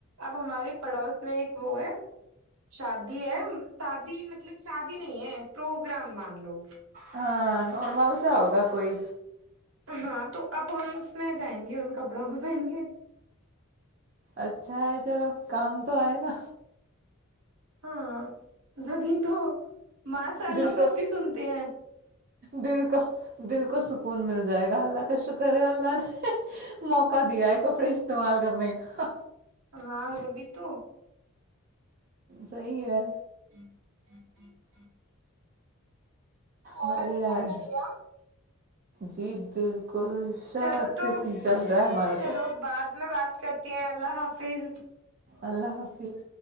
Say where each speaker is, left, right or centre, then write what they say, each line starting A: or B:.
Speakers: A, on the right; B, on the right.
A: اب ہمارے پڑوس میں ایک وہ ہے شادی ہے شادی مطلب شادی نہیں ہے پروگرام مان لو
B: ہ نارمل س
A: تو
B: ہوگا کوئی
A: ہاں تو اب ہم اس میں جائیں گے ان کپڑوں کو پہن گے
B: اچھا ہے چلو کام تو آئے نا
A: ہاں سبھی تو ماںسء اللہ
B: دل کو
A: سب کی سنتے ہیں
B: دل کا دل کو سکون مل جائے گا اللہ کا شکر ہے اللہ نے موقع دیا ہے کپڑے استعمال کرنے کا
A: ہاں سبھی تو
B: صحی ہے
A: ہ اور
B: بڑھیا
A: سب
B: ہے
A: بڑھیا
B: جی بالکل گلشب
A: چلو
B: اچھے
A: تو
B: سے چل رہا ہے ہمارا
A: چلو
B: تو
A: بعد میں بات کرتی اللہ حافظ <inaudible>
B: اللہ حافظ